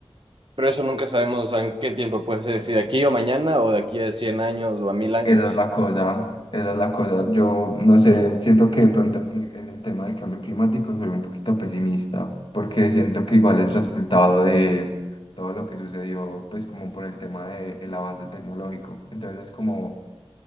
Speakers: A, on the right; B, on the left.
A: Pero eso nunca sabemos, o sea, en qué tiempo puede ser, si de aquí o mañana o de aquí a 100 años o a 1000 años.
B: Esa es la cosa, esa es la cosa. Yo, no sé, siento que de pronto en el, en el tema del cambio climático soy un poquito pesimista, porque siento que igual es resultado de todo lo que sucedió, pues, como por el tema del avance tecnológico. Entonces, es como